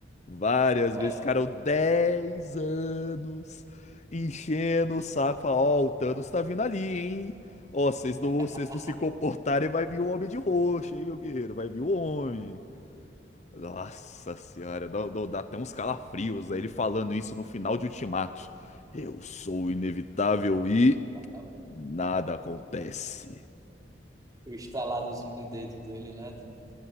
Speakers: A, on the left; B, on the right.
A: Várias
B: É,
A: vezes, cara, eu 10 anos enchendo o saco, falar, ó, o Thanos tá vindo ali, hein? Ó, vocês não,
B: <laughs>
A: vocês não se comportarem, vai vir o Homem de Roxo, hein, meu guerreiro? Vai vir o Homem. Nossa senhora, dá, dá dá até uns calafrios, né, ele falando isso no final de Ultimato. Eu sou inevitável e
B: inevitável.
A: nada acontece.
B: o estaladozinho de dedo dele, né? Tipo,